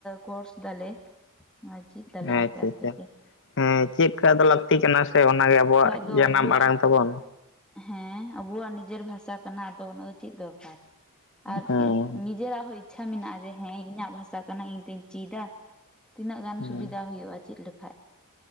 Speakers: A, in the centre; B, on the left.
A: ᱠᱳᱨᱥ ᱫᱟᱞᱮ ᱟᱨ ᱪᱮᱫ ᱫᱟᱞᱮ
B: ᱟᱪᱪᱷᱟ
A: ᱟᱥᱛᱮ ᱟᱥᱛᱮ
B: ᱟᱪᱪᱷᱟ
A: ᱛᱮ
B: ᱦᱮᱸ ᱪᱮᱫ ᱞᱮᱠᱟ ᱫᱚ ᱞᱟᱹᱠᱛᱤ ᱠᱟᱱᱟ ᱥᱮ ᱚᱱᱟᱜ ᱟᱵᱚᱣᱟᱜ
A: ᱵᱟᱠᱷᱟᱡ ᱫᱚ
B: ᱡᱟᱱᱟᱢ
A: ᱟᱵᱚᱣᱟᱜ
B: ᱟᱲᱟᱝ ᱛᱟᱵᱚᱱ
A: ᱦᱮᱸ ᱟᱵᱚᱣᱟᱜ ᱱᱤᱡᱮᱨ ᱵᱷᱟᱥᱟ ᱠᱟᱱᱟ ᱟᱫᱚ ᱚᱱᱟᱫᱚ ᱪᱮᱫ ᱫᱚᱨᱠᱟᱨ ᱟᱨ
B: ᱦᱮᱸ
A: ᱱᱤᱡᱮᱨᱟᱜ ᱦᱚᱸ ᱤᱪᱪᱷᱟ ᱢᱮᱱᱟᱜ-ᱟ ᱡᱮ ᱦᱮᱸ ᱤᱧᱟᱹᱜ ᱵᱷᱟᱥᱟ ᱠᱟᱱᱟ ᱤᱧ ᱛᱤᱧ ᱪᱤᱫᱫᱟ ᱛᱤᱱᱟᱹᱜ ᱜᱟᱱ
B: ᱦᱮᱸ
A: ᱥᱩᱵᱤᱫᱷᱟ ᱦᱩᱭᱩᱜ-ᱟ ᱪᱮᱫ ᱞᱮᱠᱟᱱ